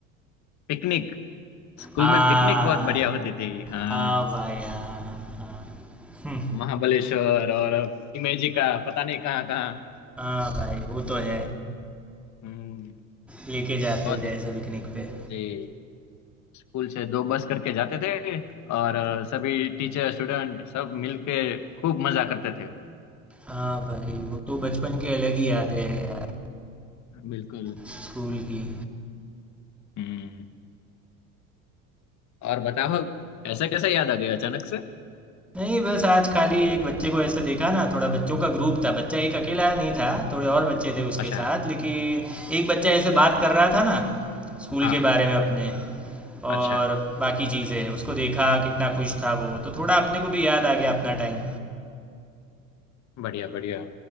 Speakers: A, on the left; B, in the centre.
A: पिकनिक स्कूल
B: हाँ
A: में पिकनिक बहुत बढ़िया होती थी हाँ
B: हाँ भाई हाँ हाँ हम्म,
A: महाबलेश्वर और इमेजी का पता नहीं कहाँ कहाँ
B: हाँ भाई वो तो है
A: हम्म
B: लेके जाते
A: बहुत
B: थे ऐसे पिकनिक पे
A: जी स्कूल से दो बस करके जाते थे और अ, सभी टीचर स्टूडेंट सब मिल के खूब मजा करते थे
B: हाँ भाई वो तो बचपन की अलग ही यादें हैं यार
A: बिल्कुल
B: स्कूल की
A: हम्म और बताओ ऐसे कैसे याद आ गया अचानक से
B: नहीं बस आज खाली एक बच्चे को ऐसे देखा ना थोड़ा बच्चों का ग्रुप था बच्चा एक अकेला नहीं था थोड़े और बच्चे थे उसके
A: अच्छा
B: साथ लेकिन एक बच्चा ऐसे बात कर रहा था ना स्कूल
A: हाँ
B: के बारे में अपने
A: अच्छा
B: और बाकी चीज़ें उसको देखा कितना खुश था वो तो थोड़ा अपने को भी याद आ गया अपना टाइम
A: बढ़िया बढ़िया